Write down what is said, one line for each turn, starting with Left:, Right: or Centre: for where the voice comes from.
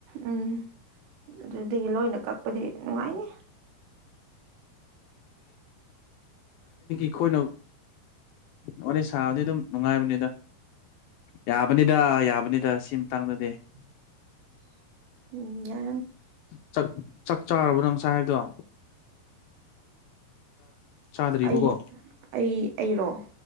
Right: ꯎꯝ ꯑꯗꯨꯗꯒꯤ ꯂꯣꯏꯅ ꯀꯛꯄꯗꯤ ꯅꯨꯡꯉꯥꯏꯅꯤ
Left: ꯑꯈꯣꯏꯅ ꯋꯥꯔꯤ ꯁꯥꯕꯗꯤ ꯑꯗꯨꯝ ꯅꯨꯡꯉꯥꯏꯕꯅꯤꯗ ꯌꯥꯕꯅꯤꯗ ꯌꯥꯕꯅꯤꯗ ꯁꯤ ꯃꯇꯥꯡꯗꯗꯤ
Right: <inaudible> ꯎꯝ ꯌꯥ
Left: ꯥꯆꯛ ꯆꯥꯛ ꯆꯥꯔꯕꯣ ꯅꯪ ꯉꯁꯥꯏ ꯍꯥꯏꯕꯗꯣ ꯆꯥꯗ꯭ꯔꯤꯕꯀꯣ
Right: ꯑꯩ ꯑꯩ ꯑꯩꯔꯣ